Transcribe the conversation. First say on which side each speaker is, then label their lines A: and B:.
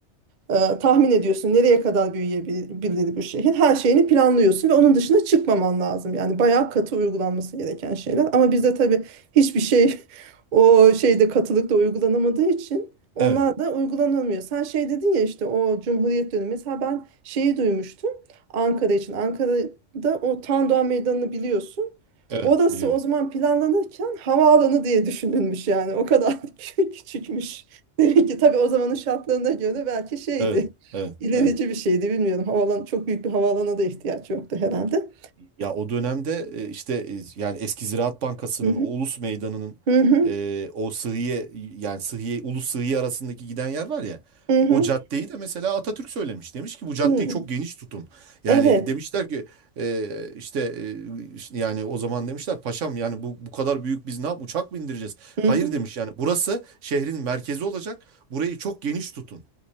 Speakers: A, on the right; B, on the right.
A: e, tahmin ediyorsun nereye kadar büyüyebilir bir şehir. Her şeyini planlıyorsun ve onun dışına çıkmaman lazım. Yani bayağı katı uygulanması gereken şeyler. Ama bizde tabii hiçbir şey <laughs> o şeyde katılıkta uygulanamadığı için onlar
B: Evet.
A: da uygulanamıyor. Sen şey dedin ya işte o Cumhuriyet dönemi. Mesela ben şeyi duymuştum Ankara için. Ankara'da o Tandoğan Meydanı'nı biliyorsun.
B: Evet.
A: Orası
B: Biliyorum.
A: o zaman planlanırken havaalanı diye düşünülmüş yani. O kadar <laughs> küçükmüş. Demek ki tabii o zamanın şartlarına göre belki şeydi.
B: Evet. Evet.
A: ilerici
B: Evet.
A: bir şeydi bilmiyorum. Havalan çok büyük bir havaalanına da ihtiyaç yoktu herhalde.
B: Ya o dönemde e, işte e, yani eski Ziraat Bankası'nın
A: Hı hı.
B: o Ulus Meydanı'nın
A: Hı hı.
B: e, o Sıhhiye yani Sıhhiye Ulus Sıhhiye arasındaki giden yer var ya
A: Hı hı.
B: o caddeyi de mesela Atatürk söylemiş. Demiş ki bu caddeyi
A: Hı.
B: çok geniş tutun. Yani
A: Evet.
B: demişler ki e, işte e, işte yani o zaman demişler paşam yani bu bu kadar büyük biz ne yap uçak mı indireceğiz?
A: Hı
B: Hayır
A: hı.
B: demiş yani burası şehrin merkezi olacak. Burayı çok geniş tutun.